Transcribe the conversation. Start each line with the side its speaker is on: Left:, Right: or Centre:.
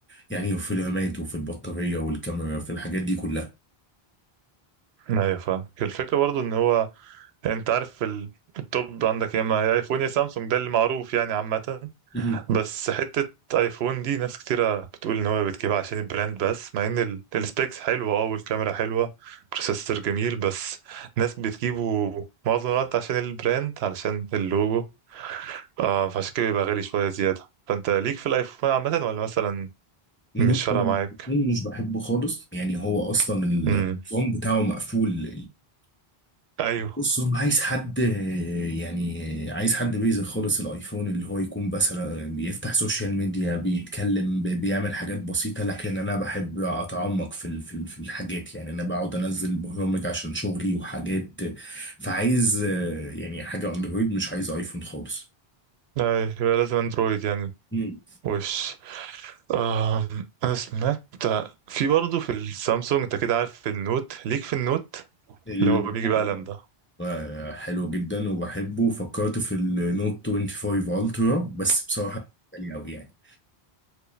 Left: يعني وفي الرامات وفي البطاريه والكاميرا في الحاجات دي كلها
Right: أيوة فاهم الفكرة برضو إن هو أنت عارف ال- التوب عندك يا إما يا أيفون يا سامسونج ده اللي معروف يعني عامة
Left: مم.
Right: بس حتة ايفون دي ناس كتيرة بتقول ان هو بتجيبها عشان البراند بس مع ان ال- السبيكس حلوة اه والكاميرا حلوة بروسيسور جميل بس ناس بتجيبه معظم الوقت عشان البراند علشان اللوجو آه فعشان كده بيبقى غالي شوية زيادة فانت ليك في الايفون عامة ولا مثلا
Left: بص
Right: مش فارقة
Left: انا
Right: معاك
Left: الاتنين مش بحبه خالص يعني هو اصلا النظام
Right: امم
Left: بتاعه مقفول
Right: ايوه
Left: بص هو عايز حد يعني عايز حد بيزك خالص الايفون اللي هو يكون مثلا بيفتح سوشيال ميديا بيتكلم بي- بيعمل حاجات بسيطة لكن انا بحب اتعمق في ال- في ال- في الحاجات يعني انا بقعد انزل برامج عشان شغلي وحاجات فعايز آه، يعني حاجة اندرويد مش عايز ايفون خالص
Right: ايوه يبقى لازم اندرويد يعني
Left: مم.
Right: وش آه انا سمعت في برضه في السامسونج انت كده عارف النوت ليك في النوت
Left: الموضوع
Right: اللي هو بيجي بقلم ده
Left: آه، حلو جدا وبحبه فكرت في النوت 25 الترا بس بصراحة غالي قوي يعني